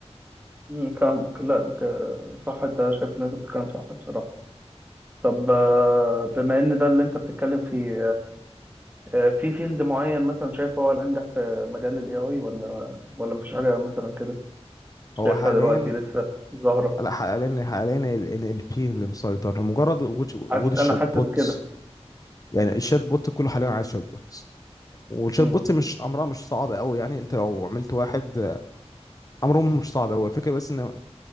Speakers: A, on the right (about 15°); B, on the left (about 30°).
A: امم فاهمك لا ك- صح انت شايف ان انت بتتكلم صح بصراحة طب آه، بما ان ده اللي انت بتتكلم فيه آه، في فيلد معين مثلا شايف هو الانجح في مجال الاي اي ولا ولا مفيش حاجة مثلا كده شايفها
B: هو حاليا
A: دلوقتي لسه ظاهرة
B: لا حاليا حاليا ال NLP اللي مسيطر لمجرد وجود وجود
A: حاسس-
B: الشات
A: انا حاسس
B: بوتس
A: كده
B: يعني الشات بوت كله حاليا عايز شات بوتس والشات
A: امم
B: بوت مش امرها مش صعب قوي يعني انت لو عملت واحد امره مش صعب قوي الفكره بس ان